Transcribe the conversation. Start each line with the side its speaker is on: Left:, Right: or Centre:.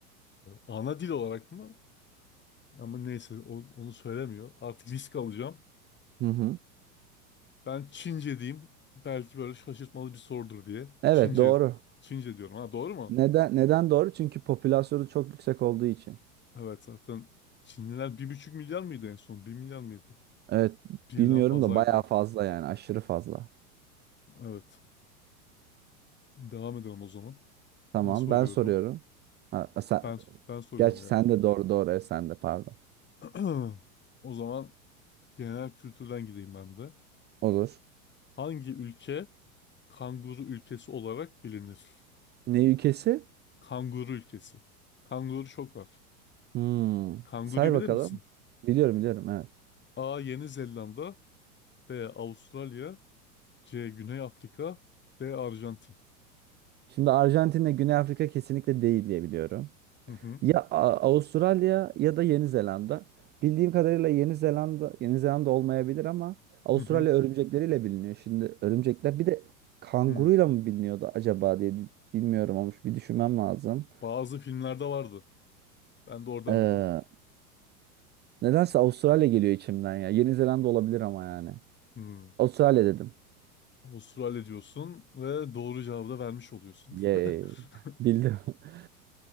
Left: ana dil olarak mı? Ama neyse o- onu söylemiyor. Artık risk alacağım.
Right: Hı hı.
Left: Ben Çince diyeyim. Belki böyle şaşırtmalı bir sorudur diye.
Right: Evet
Left: Çince,
Right: doğru.
Left: Çince diyorum. Ha doğru mu?
Right: Neden neden doğru? Çünkü popülasyonu çok yüksek olduğu için.
Left: Evet zaten Çinliler bir buçuk milyar mıydı en son? bir milyar mıydı?
Right: Evet
Left: Birden
Right: bilmiyorum
Left: fazlaydı.
Right: da bayağı fazla yani aşırı fazla.
Left: Evet. Devam edelim o zaman.
Right: Tamam
Left: Ben soruyorum.
Right: ben soruyorum. Ha, sen,
Left: Ben ben soruyorum
Right: gerçi
Left: yani.
Right: sen de doğru doğru evet, sen de pardon.
Left: <clears throat> O zaman genel kültürden gideyim ben de.
Right: Olur.
Left: Hangi ülke kanguru ülkesi olarak bilinir?
Right: Ne ülkesi?
Left: Kanguru ülkesi. Kanguru çok var.
Right: Hmm.
Left: Kanguruyu
Right: Say
Left: bilir
Right: bakalım.
Left: misin?
Right: Biliyorum biliyorum evet.
Left: A. Yeni Zelanda B. Avustralya C. Güney Afrika D. Arjantin.
Right: Şimdi Arjantin'le Güney Afrika kesinlikle değil diye biliyorum.
Left: Hı hı,
Right: Ya A- Avustralya ya da Yeni Zelanda. Bildiğim kadarıyla Yeni Zelanda Yeni Zelanda olmayabilir ama Avustralya
Left: hı hı,
Right: örümcekleriyle biliniyor. Şimdi örümcekler bir de kanguruyla
Left: hı.
Right: mı biliniyordu acaba diye dü- bilmiyorum olmuş. Bir düşünmem lazım.
Left: Bazı filmlerde vardı. Ben de oradan
Right: Ee,
Left: biliyorum.
Right: nedense Avustralya geliyor içimden ya. Yeni Zelanda olabilir ama yani.
Left: Hı.
Right: Avustralya
Left: A-
Right: dedim.
Left: Avustralya diyorsun ve doğru cevabı da vermiş oluyorsun.
Right: Yay.
Left: <laughs>
Right: <laughs> Bildim. <laughs>